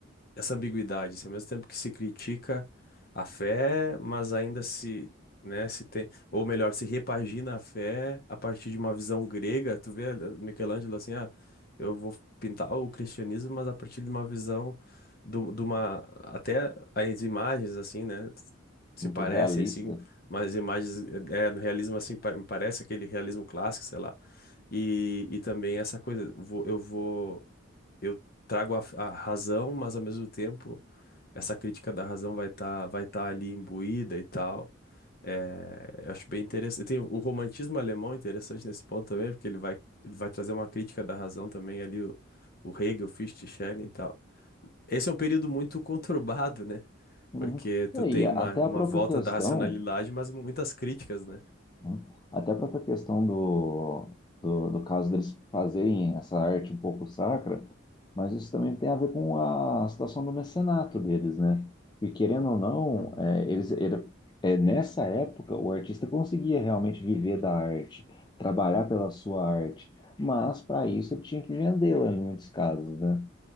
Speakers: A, on the left; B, on the left.
A: essa ambiguidade, assim, ao mesmo tempo que se critica a fé, mas ainda se, né, se tem, ou melhor, se repagina a fé a partir de uma visão grega. Tu vê eh, Michelangelo assim, ah, eu vou pintar o cristianismo, mas a partir de uma visão do, de uma até as imagens assim, né, se
B: Muito
A: parece
B: realista.
A: assim, mas as imagens eh, é no realismo assim pa- parece aquele realismo clássico, sei lá. E, e também essa coisa, vou, eu vou eu trago a, a razão, mas ao mesmo tempo essa crítica da razão vai estar vai tá ali imbuída e tal. É, eu acho bem interessante. Tem o romantismo alemão interessante nesse ponto também, porque ele vai, ele vai trazer uma crítica da razão também ali, o, o Hegel, Fichte, Schelling e tal. Esse é um período muito <laughs> conturbado, né?
B: Uhum.
A: Porque tu
B: E Aí,
A: tem
B: até
A: uma, uma
B: a própria
A: volta
B: questão.
A: da racionalidade, mas muitas críticas, né?
B: Hum. Até a própria questão do, do, do caso deles fazerem essa arte um pouco sacra, mas isso também tem a ver com a situação do mecenato deles, né? E querendo ou não,
A: Uhum.
B: é, eles, era- é, nessa época o artista conseguia realmente viver da arte, trabalhar pela sua arte, mas para isso ele tinha que vendê-la em muitos casos, né?